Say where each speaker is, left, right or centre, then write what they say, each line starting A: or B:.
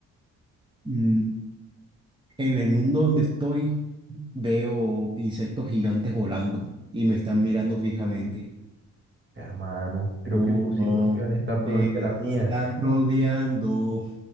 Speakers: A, on the right (about 15°); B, on the right (about 40°).
A: Mm, En el mundo donde estoy, veo insectos gigantes volando y me están mirando fijamente.
B: Hermano, creo
A: Oh,
B: que tu situación
A: no,
B: está
A: me
B: peor
A: están
B: que la mía
A: rodeando.